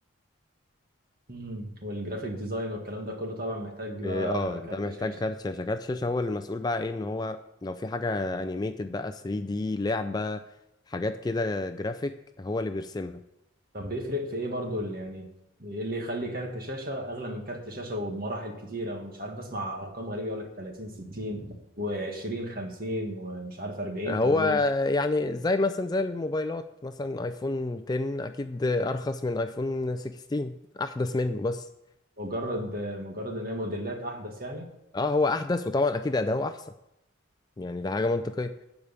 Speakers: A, on the right; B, on the left.
A: مم. والجرافيك ديزاين والكلام ده كله طبعا محتاج
B: إيه،
A: بقى
B: اه ده
A: كارت
B: محتاج
A: شاشه
B: كارت شاشة كارت شاشة هو اللي المسؤول بقى ايه ان هو لو في حاجة انيميتد بقى 3 دي لعبة حاجات كده جرافيك هو اللي بيرسمها
A: طب بيفرق في ايه برضو اللي يعني ايه اللي يخلي كارت شاشه اغلى من كارت شاشه وبمراحل كتيره ومش عارف بسمع ارقام غريبه يقول لك 30 60 و20 50 ومش عارف 40
B: هو
A: 80
B: يعني زي مثلا زي الموبايلات مثلا ايفون 10 اكيد ارخص من ايفون 16 احدث منه بس
A: مجرد مجرد ان هي موديلات احدث يعني
B: اه هو احدث وطبعا اكيد اداؤه احسن يعني ده حاجة منطقية